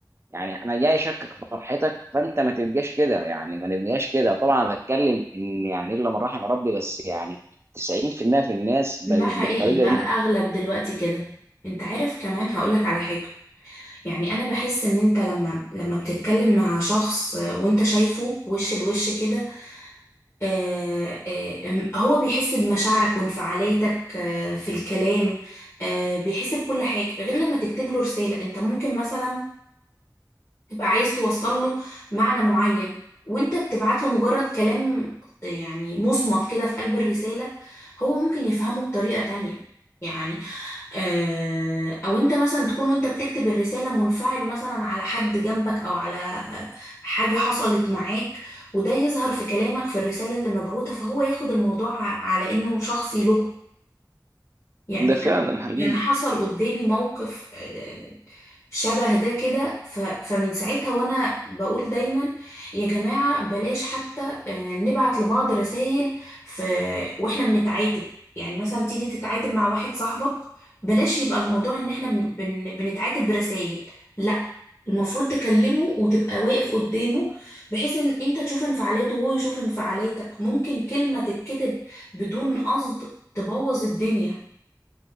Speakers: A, on the right; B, on the left.
A: يعني انا جاي اشاركك في فرحتك فانت ما تبقاش كده يعني ما نبقاش كده طبعا أنا بتكلم ان يعني الا من رحم ربي بس يعني 90% في المية في الناس بقت
B: ده حقيقي
A: بالطريقه
B: بقى
A: دي
B: الأغلب دلوقتي كده انت عارف كمان هقولك على حاجة يعني انا بحس ان انت لما لما بتتكلم مع شخص آه، وانت شايفه وش لوش كده آه، آه، هو بيحس بمشاعرك وانفعالاتك آه، في الكلام آه، بيحس بكل حاجة غير لما تكتب له رسالة انت ممكن مثلا تبقى عايز توصل له معنى معين وانت بتبعت له مجرد كلام يعني مصمت كده في قلب الرسالة هو ممكن يفهمه بطريقة تانية يعني آه، او انت مثلا تكون وانت بتكتب الرسالة منفعل مثلا على حد جنبك او على آه، حاجة حصلت معاك وده يظهر في كلامك في الرسالة اللي مبعوتة فهو ياخد الموضوع ع- على انه شخصي له يعني
A: ده فعلا
B: أنا
A: حقيقي
B: كان حصل قدامي موقف آه، شبه ده كده ف- فمن ساعتها وأنا بقول دايما يا جماعة بلاش حتى آه، نبعت لبعض رسائل في وإحنا بنتعاتب يعني مثلا تيجي تتعاتب مع واحد صاحبك بلاش يبقى الموضوع إن إحنا بن... بن... بنتعاتب برسائل لا المفروض تكلمه وتبقى واقف قدامه بحيث ان انت تشوف انفعالاته وهو يشوف انفعالاتك ممكن كلمة تتكتب بدون قصد تبوظ الدنيا